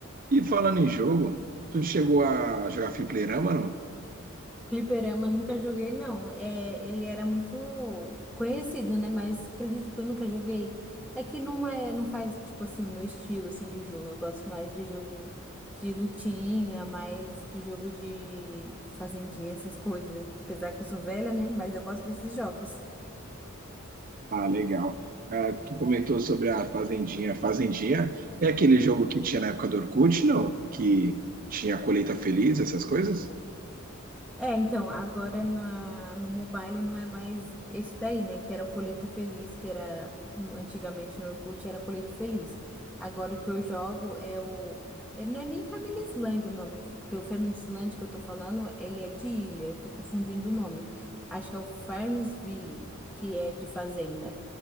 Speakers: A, on the right; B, in the centre.
A: E falando em jogo, tu chegou a jogar fliperama, não?
B: Fliperama nunca joguei, não. É, ele era muito conhecido, né? Mas acredito que eu nunca joguei. É que não é, não faz, tipo assim, o meu estilo assim de jogo. Eu gosto mais de jogo de lutinha, mais de jogo de fazendinha, essas coisas. Apesar que eu sou velha, né? Mas eu gosto desses jogos.
A: Ah, legal. Ah, tu comentou sobre a Fazendinha. Fazendinha é aquele jogo que tinha na época do Orkut, não? Que tinha a colheita feliz, essas coisas?
B: É, então, agora na, no mobile não é mais esse daí, né? Que era o Colheita Feliz, que era no- antigamente no Orkut era Colheita Feliz. Agora o que eu jogo é o. é- Não é nem Família Islândia o nome, porque o Família Islândia que eu tô falando, ele é de ilha, tô confundindo o nome. Acho que é o Farmsville, que é de fazenda.